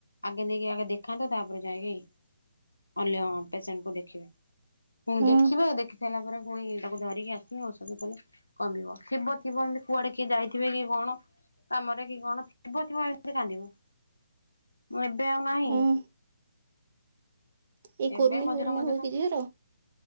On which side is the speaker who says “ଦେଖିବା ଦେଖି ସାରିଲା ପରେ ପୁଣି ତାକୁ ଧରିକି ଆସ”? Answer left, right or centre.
Left